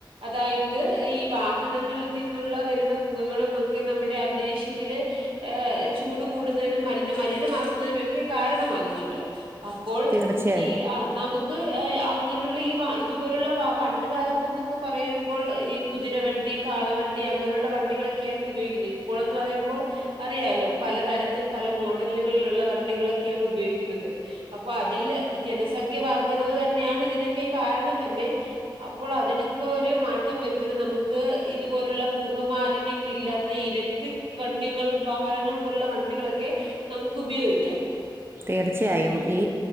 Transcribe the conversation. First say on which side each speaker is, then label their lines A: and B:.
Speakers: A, on the right (about 90°); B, on the right (about 30°).
A: അതായിട്ട് ഈ വാഹനങ്ങളിൽ നിന്നുള്ള വരുന്ന പുകകളും ഒക്കെ നമ്മുടെ അന്തരീക്ഷത്തില് ഏ ചൂട് കൂടുന്നതിനും മലിന മലിനമാക്കുന്നതിനൊക്കെ കാരണമാകുന്നുണ്ട് അപ്പോൾ
B: തീർച്ചയായും.
A: ഈ ആഹ് നമു ക്ക് ഏയ് അങ്ങനെഉള്ള ഈ വാ ഇതുപോലുള്ള വാ പണ്ട് കാലത്ത്ന്നൊക്കെ പറയുമ്പോൾ ഈ കുതിരവണ്ടി കാളവണ്ടി അങ്ങനുള്ള വണ്ടികളൊക്കെയായിരുന്നു ഉപയോഗിക്കുന്നെ ഇപ്പോളൊന്ന് പറയുമ്പോൾ അറിയാലോ പലതരത്തിൽ പല മോഡലുകളിലുള്ള വണ്ടികളൊക്കെയാണ് ഉപയോഗിക്കുന്നത് അപ്പൊ അതില് ജനസംഖ്യ വർധനവ് തന്നെയാണ് ഇതിനൊക്കെ കാരണം തന്നെ അപ്പോൾ അതിനൊക്കെ ഒരു മാറ്റം വരുത്തണം നമുക്ക് ഇതുപോലുള്ള പുക മാലിന്യങ്ങളില്ലാ ത്ത ഇലക്ട്രിക് വണ്ടികൾ വാഹനങ്ങൾക്കുള്ള വണ്ടികളൊക്കെ നമുക്ക് ഉപയോഗിക്കാം
B: തീർച്ചയായും ഈ